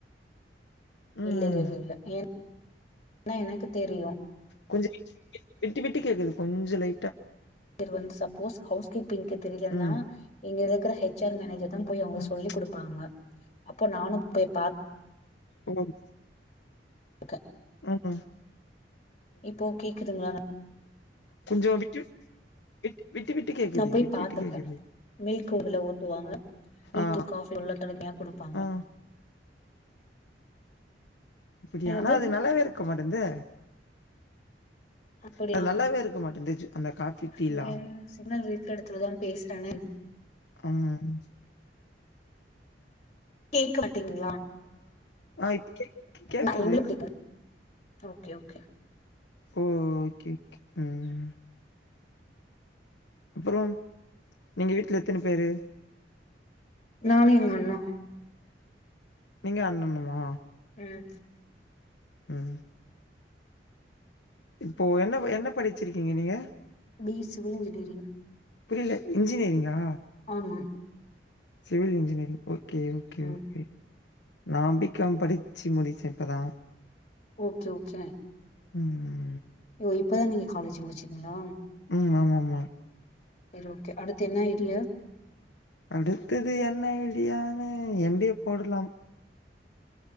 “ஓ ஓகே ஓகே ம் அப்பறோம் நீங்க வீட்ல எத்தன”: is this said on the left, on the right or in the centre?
Left